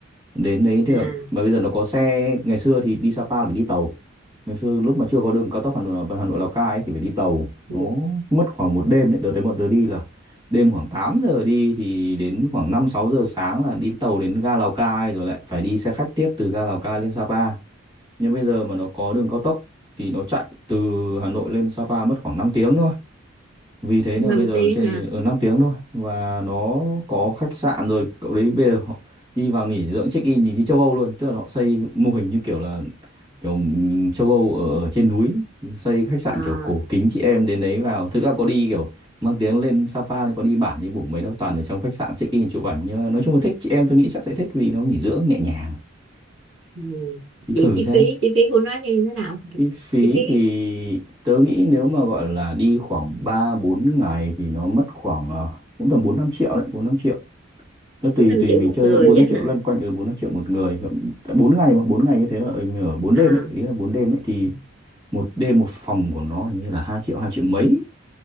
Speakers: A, on the right; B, on the right.
A: đến đấy thì
B: à
A: mà bây giờ nó có xe ngày xưa thì đi Sapa là phải đi tàu ngày xưa lúc mà chưa có đường cao tốc Hà Nội Hà Nội Lào Cai ấy, thì phải đi tàu
B: ừ.
A: nó mất khoảng một đêm đấy đợt đấy bọn tớ đi là đêm khoảng 8 giờ đi thì đến khoảng 5 6 giờ sáng là đi tàu đến ga Lào Cai rồi lại phải đi xe khách tiếp từ ga Lào Cai lên Sapa nhưng bây giờ mà nó có đường cao tốc thì nó chạy từ Hà Nội lên Sapa mất khoảng 5 tiếng thôi vì thế
B: 5
A: là bây giờ
B: tiếng
A: trên
B: à,
A: ở 5 tiếng thôi và nó có khách sạn rồi cậu đấy bây giờ họ đi vào nghỉ dưỡng check in nhìn như châu Âu luôn tức là họ xây mô hình như kiểu là kiểu châu Âu ở, ở trên núi xây khách sạn
B: à
A: kiểu cổ kính chị em đến đấy vào thực ra có đi kiểu mang tiếng lên Sapa thì có đi bản đi bủng mấy đâu toàn ở trong khách sạn check in chụp ảnh nhưng mà nói chung là thích chị em tôi nghĩ chắc sẽ thích vì nó nghỉ dưỡng nhẹ nhàng
B: ừ.
A: đi
B: vậy
A: thử
B: chi
A: xem
B: phí chi phí của nó như thế nào
A: Chi phí
B: chi phí
A: thì tớ nghĩ nếu mà gọi là đi khoảng 3 4 ngày thì nó mất khoảng ờ, cũng tầm 4 5 triệu đấy, 4 5 triệu. Nó tùy
B: cũng 5
A: tùy
B: triệu
A: mình
B: một
A: chơi
B: người
A: 4 5
B: á
A: triệu
B: hả
A: loanh quanh ở bốn năm triệu một người. bốn ngày mà 4 ngày như thế là mình ở bốn đêm
B: à
A: ấy, ý là bốn đêm ấy thì một đêm một phòng của nó hình như là hai triệu 2 triệu mấy.